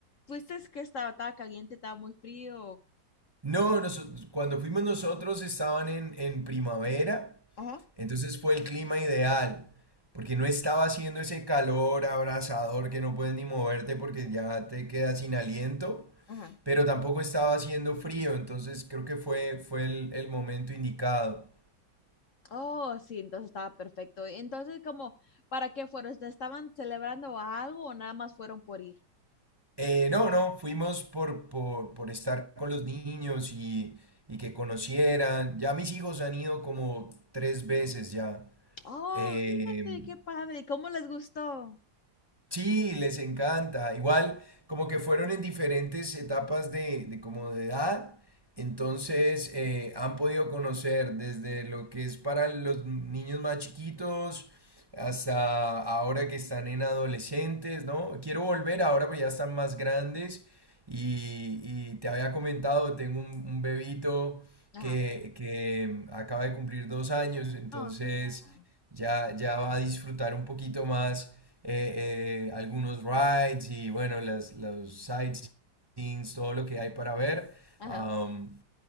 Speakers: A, on the left; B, on the right.
A: fuiste que estaba, estaba caliente, estaba muy frío.
B: No, noso- cuando fuimos nosotros estaban en, en primavera,
A: Ajá,
B: entonces fue el clima ideal, porque no estaba haciendo ese calor abrasador que no puedes ni moverte porque ya te quedas sin aliento,
A: ajá.
B: pero tampoco estaba haciendo frío, entonces creo que fue, fue el, el momento indicado.
A: Oh, sí, entonces estaba perfecto. Entonces, como, ¿para qué fueron? ¿Estaban celebrando algo o nada más fueron por ir?
B: Eh, no, no, fuimos por, por, por estar con los niños y, y que conocieran. Ya mis hijos han ido como tres veces ya.
A: Oh,
B: Em,
A: fíjate, qué padre. ¿Y ¿Cómo les gustó?
B: Sí, les encanta. Igual, como que fueron en diferentes etapas de, de como de edad, entonces
A: Ujú.
B: eh, han podido conocer desde lo que es para los niños más chiquitos hasta ahora que están en adolescentes, ¿no? Quiero volver ahora, pues ya están más grandes y, y te había comentado, tengo un, un bebito
A: Ajá,
B: que, que acaba de cumplir dos años, entonces
A: Oh, mira.
B: ya, ya va a disfrutar un poquito más eh, eh, algunos rides y bueno, las, los sightseeings, todo lo que hay para ver,
A: ajá.
B: am,